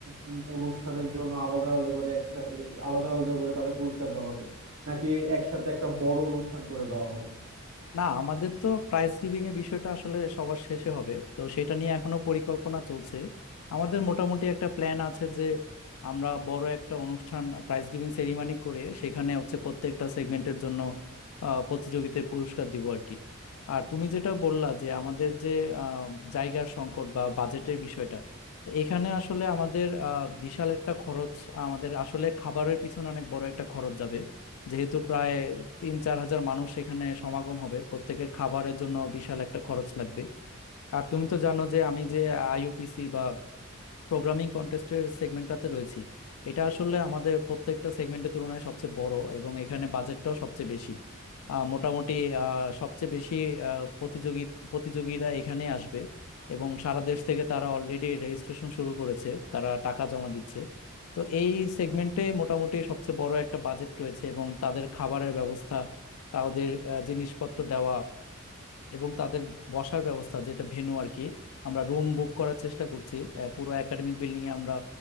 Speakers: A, on the right; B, on the left.
A: উম, অনুষ্ঠানের জন্য আলাদা আলাদা করে একসাথে আলাদা আলাদা করে তাদের পুরস্কার দেওয়া হবে নাকি একসাথে একটা বড় অনুষ্ঠান করে দেওয়া হবে
B: না আমাদের তো প্রাইজ গিভিং এর বিষয়টা আসলে সবার শেষে হবে তো সেটা নিয়ে এখনো পরিকল্পনা চলছে আমাদের মোটামুটি একটা প্ল্যান আছে যে আমরা বড় একটা অনুষ্ঠান প্রাইজ গিভিং সেরিমনি করে সেখানে হচ্ছে প্রত্যেকটা সেগমেন্টের জন্য আহ, প্রতিযোগিতায় পুরস্কার দিব আর কি আর তুমি যেটা বললা যে আমাদের যে আহ, জায়গার সংকট বা বাজেটের বিষয়টা তো এখানে আসলে আমাদের আহ, বিশাল একটা খরচ আমাদের আসলে খাবারের পিছনে অনেক বড় একটা খরচ যাবে যেহেতু প্রায় তিন চার হাজার মানুষ এখানে সমাগম হবে প্রত্যেকের খাবারের জন্য বিশাল একটা খরচ লাগবে আর তুমি তো জানো যে আমি যে আইইউপিসি বা প্রোগ্রামিং কন্টেস্টের সেগমেন্টটাতে রয়েছি এটা আসলে আমাদের প্রত্যেকটা সেগমেন্টের তুলনায় সবচেয়ে বড় এবং এখানে বাজেটটাও সবচেয়ে বেশি আহ, মোটামুটি আহ, সবচেয়ে বেশি আহ, প্রতিযোগী প্রতিযোগীরা এখানে আসবে এবং সারা দেশ থেকে তারা অলরেডি রেজিস্ট্রেশন শুরু করেছে তারা টাকা জমা দিচ্ছে তো এই সেগমেন্টে মোটামুটি সবচেয়ে বড় একটা বাজেট রয়েছে এবং তাদের খাবারের ব্যবস্থা তাদের আহ, জিনিসপত্র দেওয়া এবং তাদের বসার ব্যবস্থা যেটা ভেন্যু আর কি আমরা রুম বুক করার চেষ্টা করছি আহ, পুরো একাডেমিক বিল্ডিং এ আমরা